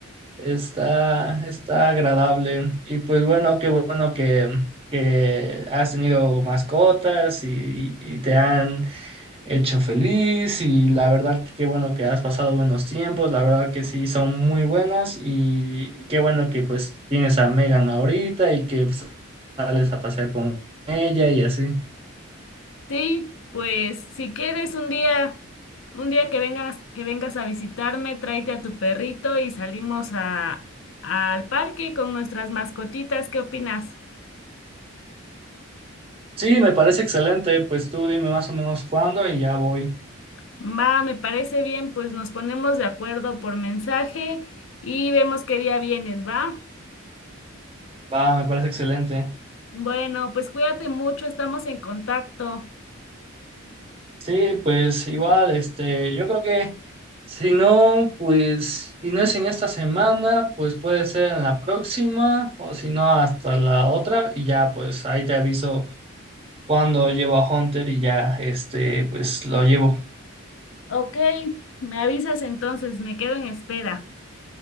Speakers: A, on the right; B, on the left.
A: está, está agradable. Y pues bueno, qué bueno que, que has tenido mascotas y, y te han hecho feliz y la verdad que qué bueno que has pasado buenos tiempos, la verdad que sí son muy buenas y qué bueno que pues tienes a Megan ahorita y que pues, sales a pasear con ella y así.
B: Sí, pues si quieres un día, un día que vengas, que vengas a visitarme, tráete a tu perrito y salimos a, al parque con nuestras mascotitas. ¿Qué opinas?
A: Sí, me parece excelente, pues tú dime más o menos cuándo y ya voy.
B: Va, me parece bien, pues nos ponemos de acuerdo por mensaje y vemos qué día vienes, ¿va?
A: Va, me parece excelente.
B: Bueno, pues cuídate mucho, estamos en contacto.
A: Sí, pues igual, este, yo creo que si no, pues si no es en esta semana, pues puede ser en la próxima o si no hasta la otra y ya pues ahí te aviso cuando llevo a Hunter y ya, este, pues lo llevo.
B: Ok, me avisas entonces, me quedo en espera.